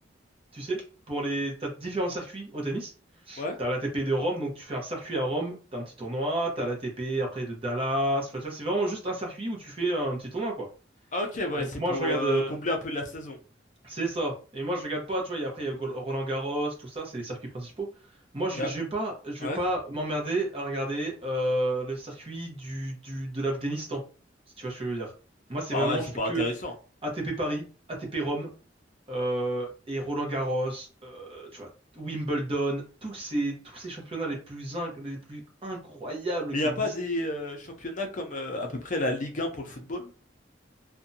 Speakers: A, on the right (about 30°); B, on the left (about 45°).
A: tu sais, pour les, t'as différents circuits au tennis.
B: Ouais.
A: T'as la l'ATP de Rome, donc tu fais un circuit à Rome, t'as un petit tournoi, t'as la l'ATP après de Dallas, enfin, tu vois, c'est vraiment juste un circuit où tu fais euh, un petit tournoi, quoi.
B: Ah, ok, ouais,
A: Et donc
B: c'est
A: moi
B: pour
A: je regarde,
B: euh,
A: euh,
B: combler un peu la saison.
A: c'est ça. Et moi je regarde pas, tu vois, et après il y a Gol- Roland Garros, tout ça, c'est les circuits principaux. Moi je,
B: Yep.
A: je vais pas, je
B: Ouais.
A: vais pas m'emmerder à regarder euh, le circuit du, du de l'Afghanistan, si tu vois ce que je veux dire. Moi c'est
B: Bah
A: vraiment,
B: ouais, c'est
A: je fais
B: pas
A: que
B: intéressant.
A: ATP Paris, ATP Rome, euh, et Roland-Garros, euh, tu vois, Wimbledon, tous ces, tous ces championnats les plus, inc- les plus incroyables
B: Mais
A: qui
B: il n'y a
A: existent
B: pas des euh, championnats comme euh, à peu près la Ligue 1 pour le football?